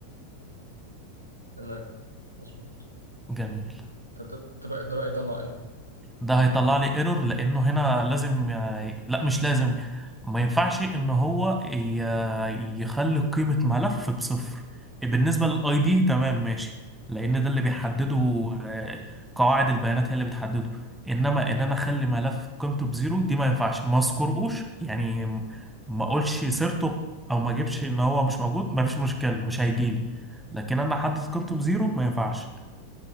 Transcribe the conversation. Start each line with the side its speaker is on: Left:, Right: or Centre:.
Right: تمام مظبوط
Centre: جميل
Right: طب ده ده بقى ده بقى يطلع ايه؟
Centre: ده هيطلع لي ايرور لانه هنا لازم ي- لا مش لازم ما ينفعش ان هو ي- يخلي قيمة ملف بصفر بالنسبة للاي دي تمام ماشي لان ده اللي بيحدده
Right: مم.
Centre: آه، قواعد البيانات هي اللي بتحدده انما ان انا اخلي ملف قيمته بزيرو دي ما ينفعش ما اذكرهوش يعني م- ما اقولش سيرته او ما اجيبش ان هو مش موجود ما فيش مشكلة مش هيجيلي لكن انا احدد قيمته بزيرو ما ينفعش